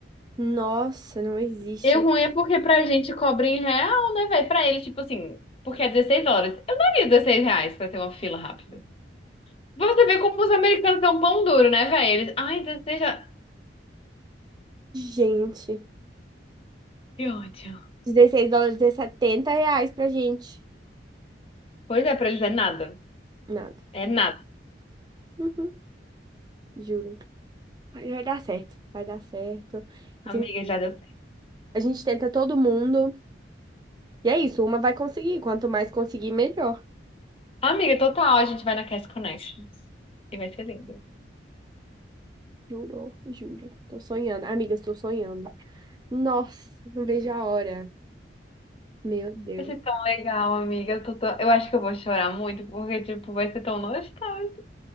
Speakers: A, on the right (about 25°); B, on the left (about 30°).
A: Nossa, não existe.
B: E o ruim é porque pra gente cobra em real, né, velho? Pra ele, tipo assim, porque é 16 horas. Eu daria 16 reais pra ter uma fila rápida. Você vê como os americanos são pão duro, né, velho? Eles, ai, 16, já.
A: Gente,
B: Que ódio.
A: 16 dólares é 70 reais pra gente.
B: Pois é, pra eles é nada.
A: Nada.
B: É nada.
A: Uhum, juro. Mas Vai dar certo, vai dar certo.
B: Amiga,
A: Eu tenho-
B: já deu certo.
A: A gente tenta todo mundo. E é isso, uma vai conseguir. Quanto mais conseguir, melhor.
B: Amiga, total, a gente vai na Cast Connections. E vai ser lindo.
A: Juro, juro. Tô sonhando. Amiga, estou sonhando. Nossa, não vejo a hora. Meu Deus.
B: Vai ser tão legal, amiga. Eu, tô tão- eu acho que eu vou chorar muito, porque, tipo, vai ser tão nostálgico.